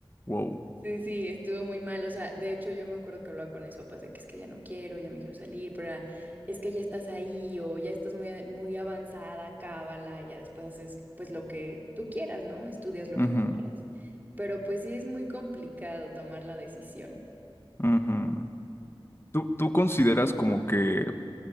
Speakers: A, on the left (about 25°); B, on the right (about 20°).
A: Wow.
B: Sí, sí, sí, estuvo muy mal. O sea, de hecho yo me acuerdo que hablaba con mis papás de que es que ya no quiero, ya me quiero salir, pero era, es que ya estás ahí o ya estás muy, a- muy avanzada, cábala, y ya después haces pues lo que tú quieras, ¿no? Estudias lo
A: Ujú,
B: que tú quieras. Pero pues sí es muy complicado tomar la decisión.
A: ujú. ¿Tú, tú consideras como que